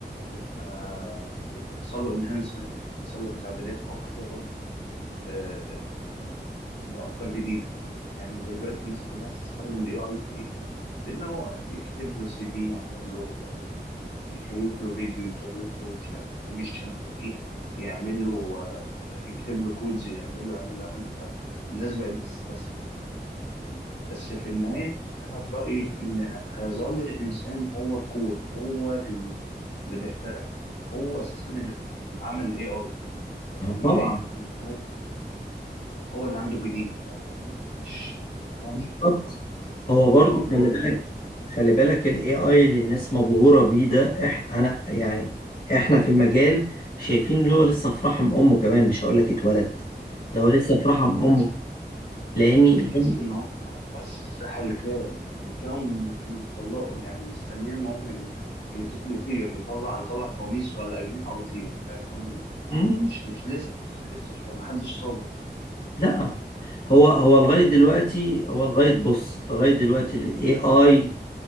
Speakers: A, on the left; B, on the left.
A: تبقى يحصل له انهانسمنت أو يحصل له تعديلات أكتر آه، بأفكار جديدة يعني أنت دلوقتي الناس كلها بتستخدم ال AI في إيه؟ في إن هو يكتب له سي في يعمل له يكريت له فيديو يكريت له مش عارف اوتوميشن على ايه يعمل له آه، يكتب له كودز يعمل له يعمل له يعمل له فالناس بقت بتستسهل بس في النهاية أنا في رأيي إن هيظل الإنسان هو الكور هو ال- اللي بيخترع هو أساسا اللي اللي عمل ال AI فطبيعي
B: طبعا
A: إن هو هو اللي عنده جديد فاهم قصدي؟ مش الموضوع مش
B: بالظبط
A: متوقف إن ال
B: هو برضو
A: AI
B: خلي
A: هو اللي
B: بالك
A: هيعمل
B: خلي بالك الاي اي اللي الناس مبهوره بيه ده إح انا يعني احنا في المجال شايفين اللي هو لسه في رحم امه كمان مش هقول لك اتولد
A: طبعا
B: ده هو لسه في رحم
A: ما اكتملش
B: امه لاني
A: وتحس
B: لأن-
A: ان هم بس هلكاه هلكاه مطلق يعني مستنيه ان هو ي- يط- يطير يطلع يطلع فوانيس ولا اجنحه ويطير فاهم قصدي؟
B: مم،
A: مش مش لسه لسه شويه ما حدش صابر
B: لا هو هو لغايه دلوقتي هو لغايه بص لغايه دلوقتي الاي اي